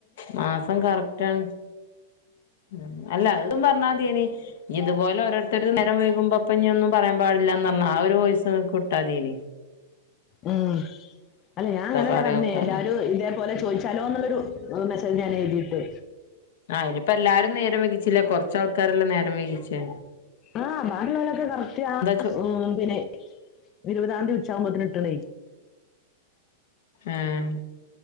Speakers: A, on the left; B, on the left.
A: മാസം കറക്റ്റാണ്. ഉം അല്ല അവരോടും പറഞ്ഞാ മതി ഇനി ഇതുപോലെ ഓരോരുത്തരും നേ നേരം വൈകുമ്പോ അപ്പൊ ഇനി ഒന്നും പറയാൻ പാടില്ലന്ന് പറഞ്ഞ് ആ ഒരു വോയിസ്‌ നിങ്ങക്ക് ഇട്ടാ മതി ഇനി
B: ഉം അല്ല ഞാൻ അങ്ങനെയല്ല
A: പറയോക്കാലോ
B: പറഞ്ഞേ എല്ലാരും ഇതേപോലെ ചോദിച്ചാലോന്നുള്ളൊരു മെ സ്സേജ് ഞാൻ എഴുതിയിട്ട്
A: ആഹ് ഇനിയിപ്പം എല്ലാരും നേരം വൈകിച്ചില്ലെ കൊറച്ചാള്ക്കാരല്ലേ നേരം വൈകിച്ചെ
B: ആഹ് ബാക്കിയുള്ളവരൊക്കെ കറക്റ്റ് ആഹ്
A: ചോ
B: ഉം പിന്നെ ഇരുപതാന്തി ഉച്ച ആവുമ്പത്തെന് ഇട്ടൊളി
A: ഏഹ്